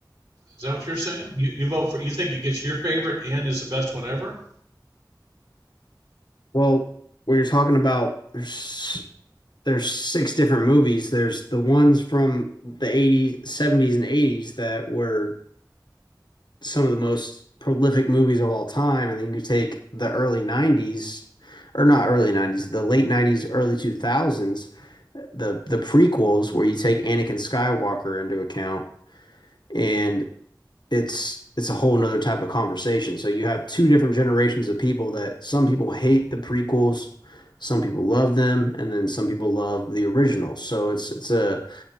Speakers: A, on the right; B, on the left.
A: Is that what you're saying? You, you vote for, you think it gets your favorite and is the best one ever?
B: Well, when you are talking about there's there's six different movies. There's the ones from the 80s, 70s and 80s that were some of the most prolific movies of all time, and then you take the early 90s, or not early 90s, the late 90s, early 2000s, the the prequels where you take Anakin Skywalker into account, and it's it's a whole nother type of conversation. So you have two different generations of people that some people hate the prequels, some people love them, and then some people love the originals. So it's it's a